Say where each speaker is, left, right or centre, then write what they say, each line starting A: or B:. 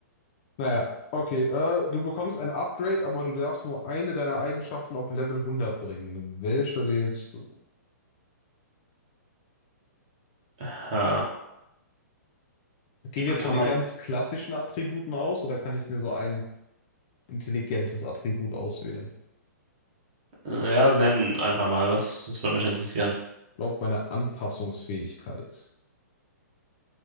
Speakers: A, on the left; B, on the right.
A: Naja, okay. Äh, du bekommst ein Upgrade, aber du darfst nur eine deiner Eigenschaften auf Level hundert bringen. Welche wählst du?
B: Ja.
A: Gehen
B: Ich
A: wir
B: bekomme
A: jetzt von den
B: ein
A: ganz klassischen Attributen aus oder kann ich mir so ein intelligentes Attribut auswählen?
B: Ja, nennen einfach mal was. Das würde mich interessieren.
A: Ich glaube, meine Anpassungsfähigkeit.